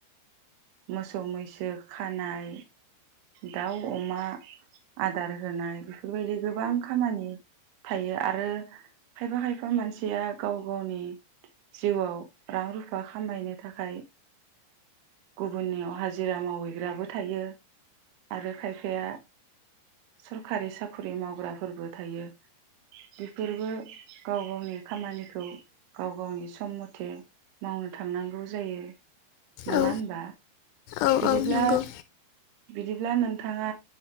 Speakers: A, on the right; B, on the left.
A: मोसौ मैसो खानाय दाउ अमा आदार होनाय बेफोरबायदि गोबां खामानि थायो आरो खायफा खायफा मानसिया गाव गावनि जिउआव रां रुफा खामायनो थाखाय गुबुननियाव हाजिरा मावहैग्राबो थायो आरो खायफाया सरखारि साख्रि मावग्राफोरबो थायो बेफोरबो गाव गावनि खामानिखौ गाव गावनि सम मथे मावनो थांनांगौ जायो नङा
B: औ
A: होनब
B: औ
A: बिदिब्ला
B: औ नंगौ
A: बिदिब्ला नोंथाङा